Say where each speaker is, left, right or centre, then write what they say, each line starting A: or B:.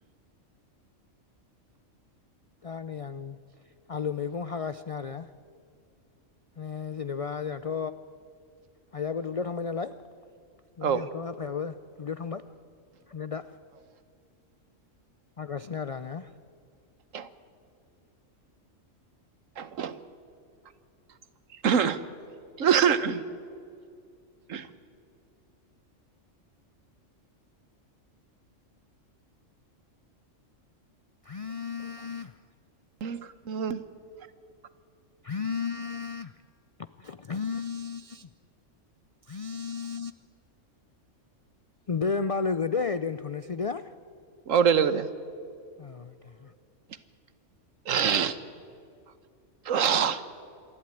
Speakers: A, on the left; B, on the right.
A: दा नै आं आलु मैगं हागासिनो आरो माने जेनेबा जोंहाथ' आइयाबो दुब्लियाव थांबाय नालाय, ओमफ्राय
B: औ
A: जोंहाथ' आफायाबो दुब्लियाव थांबाय फ्राय दा हागासिनो आरो आङो
B: <inaudible> <unintelligible> <unintelligible>
A: <unintelligible>
B: <unintelligible>
A: <unintelligible> <unintelligible> दे होमबा लोगो। दे दोनथ'नोसै दे!
B: औ दे लोगो दे।
A: औ दे।
B: <unintelligible>